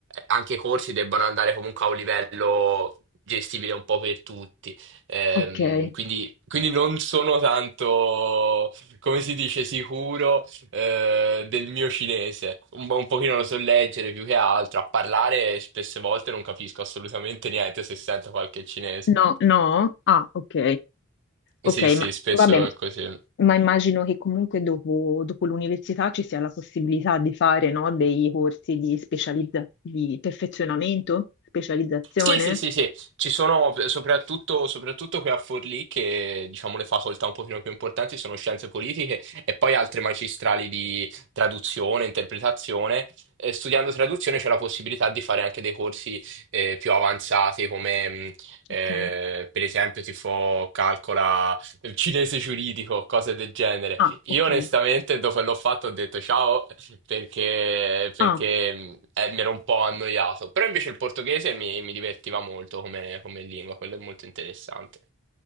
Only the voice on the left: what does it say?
ok.
No, no, ah, ok.
Ok,
ma
vabbè,
ma immagino che comunque dopo, dopo l'università ci sia la possibilità di fare, no, dei corsi di specializza- di perfezionamento, specializzazione.
Ok.
Ah,
ok.
Ah,